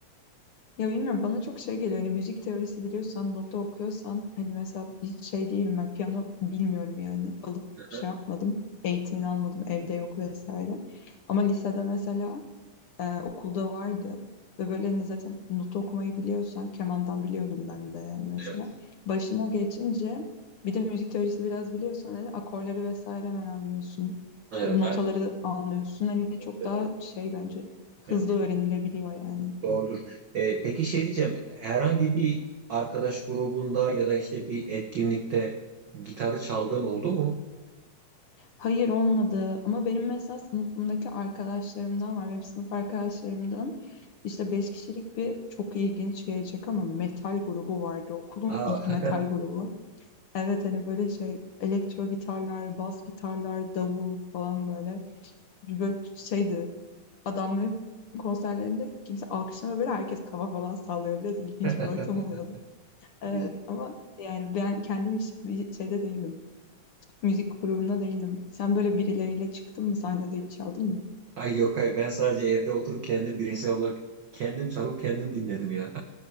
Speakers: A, on the left; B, on the right.
A: Ya bilmiyorum bana çok şey geliyor. Hani müzik teorisi biliyorsan, nota okuyorsan hani mesela hiç şey değilim ben piyano bilmiyorum yani. Alıp
B: Hı
A: şey
B: hı,
A: yapmadım. Eğitimini almadım. Evde yok vesaire. Ama lisede mesela e, okulda vardı. Ve böyle hani zaten nota okumayı biliyorsan kemandan biliyordum ben de yani mesela.
B: Evet,
A: Başına geçince bir de müzik teorisi biraz biliyorsan hani akorları vesaire hemen anlıyorsun.
B: evet,
A: Notaları
B: aynen.
A: anlıyorsun. Hani
B: Evet,
A: çok
B: evet,
A: daha şey bence hızlı
B: evet.
A: öğrenilebiliyor yani.
B: Doğrudur. Ee, peki şey diyeceğim, herhangi bir arkadaş grubunda ya da işte bir etkinlikte gitarı çaldığın oldu mu?
A: Hayır olmadı ama benim mesela sınıfımdaki arkadaşlarımdan var. Benim sınıf arkadaşlarımdan işte beş kişilik bir çok ilginç gelecek ama metal grubu vardı. Okulun
B: Aa,
A: ilk metal grubu. Evet hani böyle şey elektro gitarlar, bas gitarlar, davul falan böyle. Bir Böyle şeydi adamların konserlerinde kimse alkışlamıyor böyle herkes kafa falan sallıyor. Biraz ilginç
B: <laughs>
A: bir ortam oluyordu. Evet
B: diyecek.
A: ama yani ben kendim hiç bir şeyde değilim müzik grubunda değildim. Sen böyle birileriyle çıktın mı sahnede hiç çaldın mı?
B: Ay yok hayır ben sadece evde oturup kendi bireysel olarak kendim çalıp kendim dinledim ya.